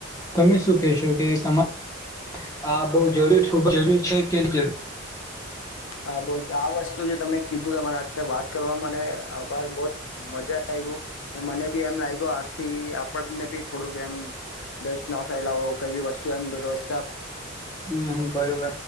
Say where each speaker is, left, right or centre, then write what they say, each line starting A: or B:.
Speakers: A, on the left (about 15°); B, on the left (about 70°).
A: તમે શું કેશો કે તમા, આપ બહુ જરૂર, ખૂબ જરૂર છે કે ની જરૂર
B: હા, બહ આ વસ્તુ જે તમે કીધું તમારા સાથે વાત કરવા મને આભાર બહુ જ મજા આવ મને બી એમ લાગ્યું આથી આપણને બી થોડુંક એમ ડસ્ટ ના ફેલાવો, કઈ બી વસ્તુ એમ રસ
A: હમ, બરોબર